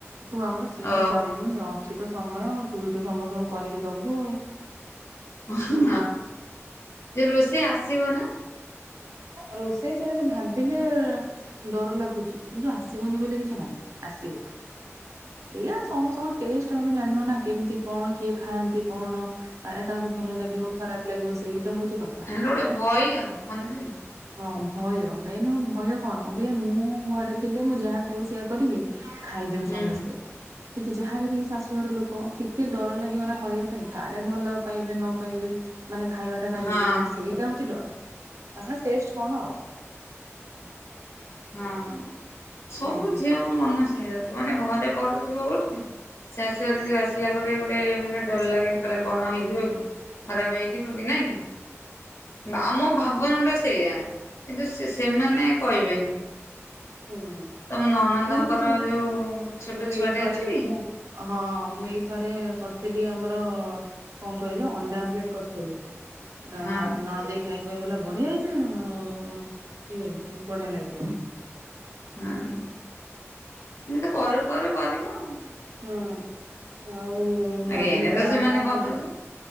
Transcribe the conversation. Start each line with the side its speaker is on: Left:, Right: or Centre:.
Right: ତୁ ଆମର ସେଇ
Left: ଓହୋ
Right: କରିବୁନି
Left: ହଁ
Right: ଅ କିଛି ତ ସମୟ ଆଉ ତୁଇ ତ ସମସ୍ତଙ୍କୁ କରିକି ଦୋବୁ ଆଉ।
Left: ହଁ ରୋଷେଇ ଆସିବ ନା?
Right: ରୋଷେଇ ସେମିତି ଭାବିଲେ ଡର ଲାଗୁଚି କିନ୍ତୁ ଆସିବନି ବୋଲି କିଛି ନାଇଁ ଆସିବ। ଏଇଆ ସମସ୍ତଙ୍କ ଟେଷ୍ଟ ଆମେ ଜାଣିନୁ ନା କେମିତି କଣ କିଏ ଖାଆନ୍ତି କଣ। କାଳେ କାହାକୁ ଭଲ ଲାଗିବ ଖରାପ ଲାଗିବ ସେଇଟା ହୋଉଚି କ
Left: ତା ମାନେ ଗୋଟେ ଭଇ ଆଉ ମନେରେ ଆଉ।
Right: ହଁ ଭୟ ମେନ୍ ହୋଉ ଭୟ କଣ ଅବିକା ମୁଁ ଘରେ ଥିଲେ ମୁଁ ଯାହା ପାଇବି ସେୟଆ କରିବି। ଖାଇଦେବେ
Left: ହୁଁ
Right: ସମସ୍ତେ। କିନ୍ତୁ ଯାହା ବି କେହି ଶାଶୁଘର ଲୋକ ଟିକେ ଡର ଲାଗିବ ନା କରିବା ପାଇଁ କାଳେ ଭଲ ପାଇବେ ନ ପାଇବେ। ମାନେ ଖାଇବାଟା ବାରିଦେବେ
Left: ହଁ।
Right: ସେଇଟା ହୋଉଚି ଡର ଆହା ଟେଷ୍ଟ କଣ ଆଉ।
Left: ହଁ ସବୁ
Right: ହୁଁ।
Left: ଝିଅଙ୍କ ମନ ସେଇୟା ମାନେ ଘରେ କଡୁଥିବ ଗୋଟେ ଶାଶୁଘରରୁ ଆସିଲାପରେ ଗୋଟେ ମାନେ ଡର ଲାଗେ କାଳେ କଣ ହେଇଯିବ କି। ଖରାପ ହେଇଥିବ କି ନାଁ କି ଆମ ଭାବନାଟା ସେଇୟା କିନ୍ତୁ ସେ ସେମାନେ କହିବେନି।
Right: ହୁଁ ସେମାନେ
Left: ତମ ନଣନ୍ଦଙ୍କର
Right: କିଛି
Left: ଯୋଉ ଛୋଟ
Right: ମୁଁ ଏଇଥରେ
Left: ଛୁଆଟେ ଅଛି କି?
Right: ମୁଁ ହଁ ମୁଁ ଏଇଥରେ କରିଥିଲି ଆମର କଣ କହିଲ ଅଣ୍ଡା ଆମଲେଟ୍ କରିଥିଲି। ଅଁ
Left: ହଁ
Right: ନଣଦେଇ ଖାଇ ଖୁଆକି କହିଲା ବଢିଆ ହେଇଚି ଉଁ ଇଏ ବଢିଆ ଲାଗିଲା।
Left: ହୁଁ ଏମିତି କରୁ କରୁ କରିବ ଆଉ।
Right: ହୁଁ ଆଉ ମଝିରେ
Left: ଏଇନା ତ
Right: ଥରେ ଆଉ
Left: ସେମାନେ
Right: କଣ
Left: କରିଦଉଛନ୍ତି।
Right: କ <unintelligible>